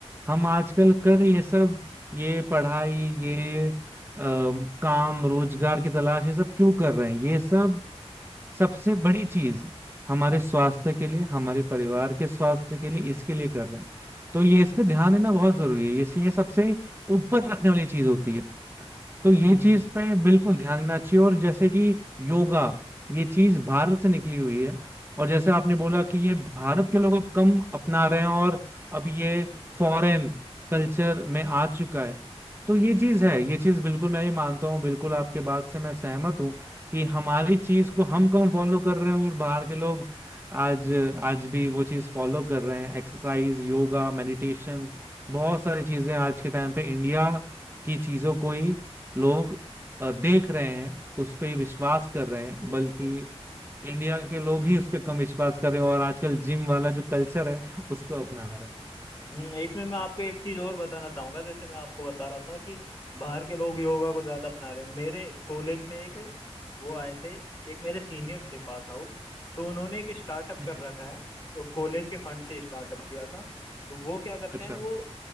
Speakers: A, on the right (about 20°); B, on the left (about 45°).
A: हम आजकल कर ये सब ये पढ़ाई ये अम, काम रोजगार की तलाश ये सब क्यों कर रहे हैं ये सब सबसे बड़ी चीज हमारे स्वास्थ्य के लिए हमारे परिवार के स्वास्थ्य के लिए इसके लिए कर रहे हैं तो ये इस पे ध्यान देना बहुत जरूरी है ये ये सबसे ऊपर रखने वाली चीज होती है तो ये
B: हम्म
A: चीज पे बिल्कुल ध्यान देना चाहिए और जैसे कि योगा ये चीज भारत से निकली हुई है और जैसे आपने बोला कि ये भारत के लोग अब कम अपना रहे हैं और अब ये फॉरेन कल्चर में आ चुका है तो ये चीज है ये चीज बिल्कुल मैं भी मानता हूँ बिल्कुल आपके बात से मैं सहमत हूँ कि हमारी चीज को हम कम फॉलो कर रहे हैं और बाहर के लोग आज आज भी वो चीज फॉलो कर रहे हैं एक्सरसाइज योगा मेडिटेशन बहुत सारी चीजें आज के टाइम पे इंडिया की चीजों को ही लोग अ, देख रहे हैं उस पे ही विश्वास कर रहे हैं
B: बिल्कुल
A: बल्कि
B: बिल्कुल।
A: इंडिया के लोग ही उस पे कम विश्वास कर रहे हैं और आजकल जिम वाला जो कल्चर है उसको अपना रहे हैं
B: हम्म, इसमें मैं आपको एक चीज और बताना चाहूंगा जैसे मैं आपको बता रहा था कि बाहर के लोग योगा को ज्यादा अपना रहे हैं मेरे कॉलेज में एक वो आए थे एक मेरे सीनियर थे पास आउट तो उन्होंने एक स्टार्टअप
A: हम्म,
B: कर रखा है वो कॉलेज के फंड से स्टार्टअप किया था तो वो क्या करते
A: अच्छा
B: हैं वो